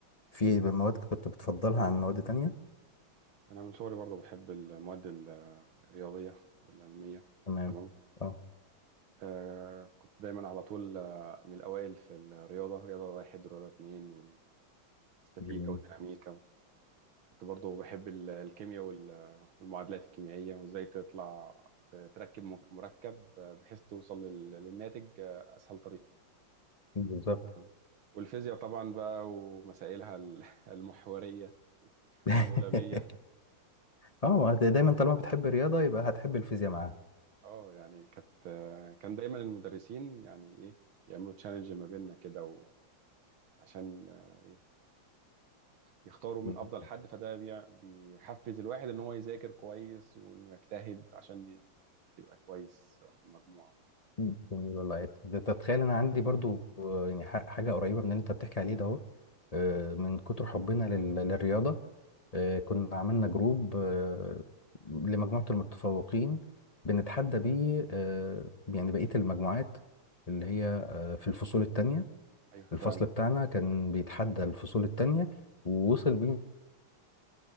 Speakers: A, on the left (about 35°); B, on the right (about 80°).
A: في مواد كنت بتفضلها عن مواد تانية؟
B: انا من صغري برضو بحب المواد ال- الرياضيه والعلميه
A: تمام
B: تمام
A: اه
B: آه كنت دايما على طول آه، من الاوائل في الرياضه رياضه واحد ورياضه اتنين والاستاتيكا
A: جميل
B: والديناميكا كنت برضو بحب ال- الكيمياء وال- والمعادلات الكيميائية وازاي تطلع ت- تركب م- مركب آه، بحيث توصل لل- للناتج آه، أسهل طريقة
A: بالظبط
B: آه. والفيزياء طبعا بقى ومسائلها ال- <laughs> المحورية
A: <laughs>
B: واللولبية
A: اه ما أنت دايما طالما بتحب الرياضه يبقى هتحب الفيزياء معاها
B: اه يعني كانت آه، كان دايما المدرسين يعني ايه يعملوا تشالنج ما بيننا كده و- عشان آه، إيه، يختاروا من
A: جميل
B: افضل حد فده بي- بيحفز الواحد ان هو يذاكر كويس وانه يجتهد عشان ي- يبقى كويس في المجموعة
A: جميل والله ده تتخيل انا عندي برضو آه، يعني ح- حاجه قريبه من اللي انت بتحكي عليه ده اهو آه، من كتر حبنا لل- للرياضه آه، كنا عملنا جروب آه، لمجموعه المتفوقين بنتحدى بيه آه، يعني بقيه المجموعات اللي هي آه، في الفصول التانية
B: ايوه فعلا
A: الفصل بتاعنا كان بيتحدى الفصول التانية ووصل بيه